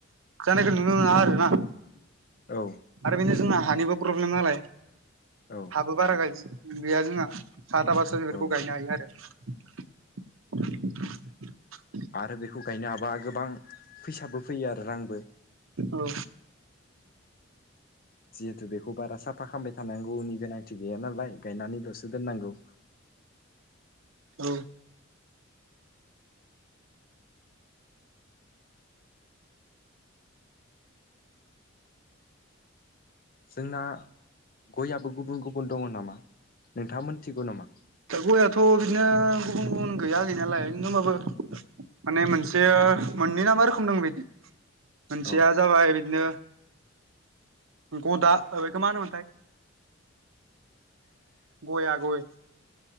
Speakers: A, on the right; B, on the left.
A: जानायखो नुनो मोना आरोना।
B: औ
A: आरो बेनो जोंना हानिबो प्रब्लेम नालाय।
B: औ।
A: बो बारा गायज गैया जोङा हा थाबासो बेफोरखौ
B: औ
A: गायनो हायो आरो। <inaudible>
B: आरो बेखौ गायनो हाबा गोबां फैसाबो फैयो आरो रांबो।
A: औ।
B: जिहेथु बेखौ बारा साफा खामबाय थानांगौनि गोनांथि गैया नालाय गायनानै ल'सो दोननांगौ।
A: औ।
B: जोंना गयाबो गुबुन गुबुन दङ' नामा नोंथाङा मोनथिगौ नामा?
A: दा गयाथ' बिदिनो गुबुन गुबुन गैया गैनायालाय नो होमबाबो माने मोनसे मोननै ना मा रोखोम दों बेदि मोनसेया
B: औ
A: जाबाय बेदिनो गदा ओ बेखो मा होनो मोनथाय। गया गय।